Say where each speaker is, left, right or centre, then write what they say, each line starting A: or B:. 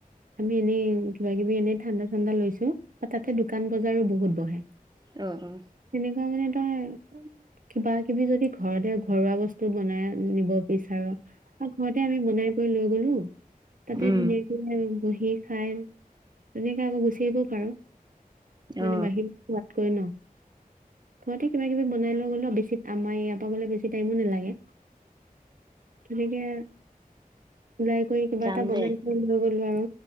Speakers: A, on the right (about 65°); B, on the right (about 30°).
A: আমি এনেই কিবা কিবি এনেই ঠাণ্ডা ঠাণ্ডা লৈছো বা তাতে দোকান বজাৰো বহুত বহে।
B: অ অ
A: তেনেকুৱা মানে তাই <inaudible> কিবা কিবি যদি ঘৰতে ঘৰুৱা বস্তু বনাই নিব বিচাৰোঁ, ত ঘৰতে আমি বনাই কৰি লৈ গলো। তাতে
B: উম
A: ধুনীয়াকে বহি খাই তেনেকে আকৌ গুছি আহিব পাৰোঁ। মানে
B: অ
A: বাহি কৈ ন। ঘৰতে কিবা কিবি বনাই লৈ গ'লেও বেছিত, আমাৰ ইয়াৰ পৰা গলে বেছি টাইমো নালাগে। তেনেকে, লাই কৰি কিবা
B: যাম
A: এটা বনাই
B: দে
A: খাবলৈ লৈ গলো আৰু।